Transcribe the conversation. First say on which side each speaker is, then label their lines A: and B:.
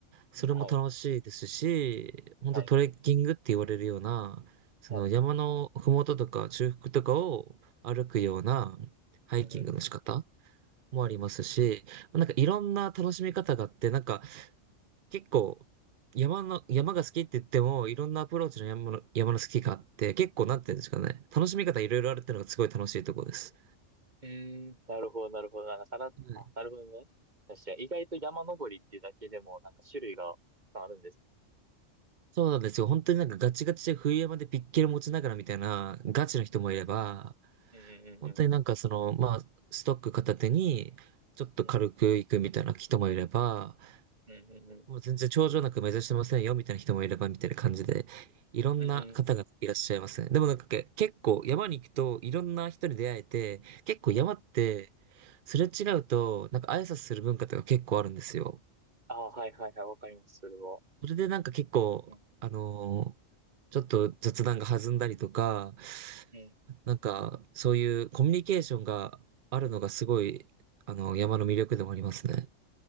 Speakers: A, on the right; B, on the right.
A: それも楽しいですし、
B: うんはい。
A: 本当トレッキングって言われるような、
B: はい。
A: その山の麓とか中腹とかを歩くようなハイキングの仕方
B: はい。うんうんうん。
A: もありますし、
B: うん
A: なんかいろんな楽しみ方があって、
B: うん。
A: なんか結構、山の、山が好きって言っても、いろんなアプローチの山の、山の好きがあって、結構なんて言うんですかね。楽しみ方いろいろあるっていうのがすごい楽しいところです。
B: うーん、なるほど、なるほど。なんかさら、
A: はい。
B: あ、なるほどね。確かに、意外と山登りっていうだけでも、なんか種類がたくさんあるんです。
A: そうなんですよ。本当になんかガチガチで冬山でピッケル持ちながらみたいなガチの人もいれば、
B: うんうんうん。うんうんうん
A: 本当になんかその、まあ、ストック片手に、ちょっと軽く行くみたいな人もいれば、
B: うん。うんうんうん。
A: もう全然頂上なく目指してませんよ、みたいな人もいれば、みたいな感じで、いろんな方がいらっしゃいますね。
B: うんう
A: でもなんかけ結構山に行くといろんな人に出会えて、結構山って、
B: んうん。
A: すれ違うと、なんか挨拶する文化とか結構あるんですよ。
B: ああ、はいはいはい、わかります、それは。
A: それでなんか結構、
B: うん
A: あのーちょっと雑談が弾んだりとか、
B: うん
A: なんかそういうコミュニケーションがあるのがすごい、あの、山の魅力でもありますね。